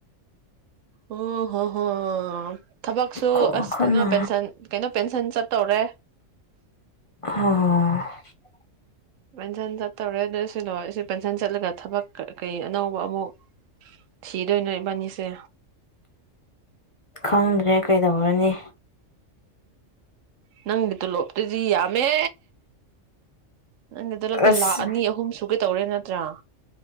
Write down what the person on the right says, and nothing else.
ꯑꯣ ꯍꯣ ꯍꯣ ꯊꯕꯛꯁꯨ
ꯑꯁ
ꯀꯩꯅꯣ ꯄꯦꯟꯁꯟ ꯀꯩꯅꯣ ꯄꯦꯟꯁꯟ ꯆꯠꯇꯧꯔꯦ꯫
ꯄꯦꯟꯁꯟ ꯆꯠꯇꯧꯔꯦ ꯑꯗꯨ ꯁꯤ ꯂꯣꯢ ꯁꯤ ꯄꯦꯟꯁꯟ ꯆꯠꯂꯒ ꯊꯕꯛ ꯀꯩ ꯑꯅꯧꯕ ꯑꯃꯨꯛ ꯊꯤꯗꯣꯏꯅꯣ ꯏꯕꯥꯅꯤꯁꯦ꯫
ꯅꯪꯒꯤ ꯇꯣꯂꯣꯞꯇꯨꯗꯤ ꯌꯥꯃꯦ꯫ ꯅꯪꯒꯤꯗꯨꯗꯗꯤ
ꯂꯥ ꯑꯅꯤ ꯑꯍꯨꯝ ꯁꯨꯒꯩ ꯇꯧꯔꯦ ꯅꯠꯇ꯭ꯔꯥ꯫